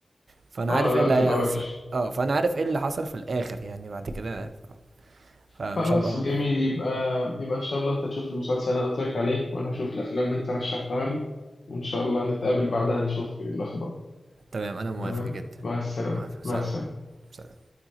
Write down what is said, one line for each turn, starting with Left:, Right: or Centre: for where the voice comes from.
Right: فانا
Left: آه
Right: عارف
Left: لا
Right: ايه اللي
Left: تبقى
Right: هيحصل
Left: وحش
Right: اه فانا عارف ايه اللي حصل في الاخر يعني بعد كده فمش
Left: خلاص
Right: هبقى
Left: جميل يبقى يبقى إن شاء الله أنت تشوف المسلسل اللي أنا قلت لك عليه وأنا هشوف الأفلام اللي أنت رشحتها لي وإن شاء الله نتقابل بعدها نشوف الأخبار
Right: تمام انا موافق
Left: تمام
Right: جدا
Left: مع السلامة
Right: موافق سلام
Left: مع السلامة
Right: سلام